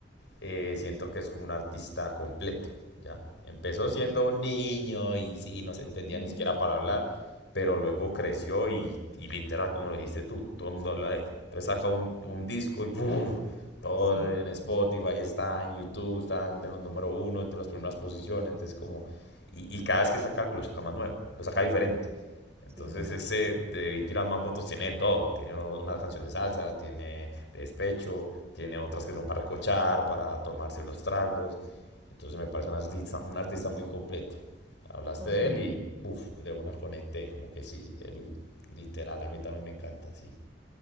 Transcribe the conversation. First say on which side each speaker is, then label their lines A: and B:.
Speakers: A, on the left (about 85°); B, on the right (about 15°).
A: eh, siento que es como un artista completo, ¿ya? Empezó siendo
B: total.
A: un niño y sí, no se entendía
B: <laughs>
A: ni siquiera para hablar, pero luego creció y, y literal, como lo dijiste tú, todo el mundo habla de él. Entonces saca un, un disco y ¡puf! todo
B: Sí.
A: en Spotify está, en YouTube está en los número uno, entre las primeras posiciones, entonces como... Y, y cada vez que saca algo, lo saca más nuevo, lo saca diferente. Entonces
B: Sí, total,
A: ese de Debí tirar más votos tiene de todo. Tiene uno- una canción de salsa, tiene de despecho, tiene otras que son para escuchar, para tomarse unos tragos. Entonces me parece un artista, un artista muy completo. Hablaste
B: totalmente,
A: de él y uf, de una conecté, como que sí, él, literal, a mí también me encanta, sí.